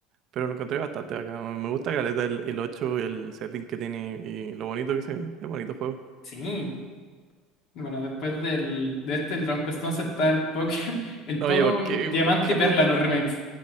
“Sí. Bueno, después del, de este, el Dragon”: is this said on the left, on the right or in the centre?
Left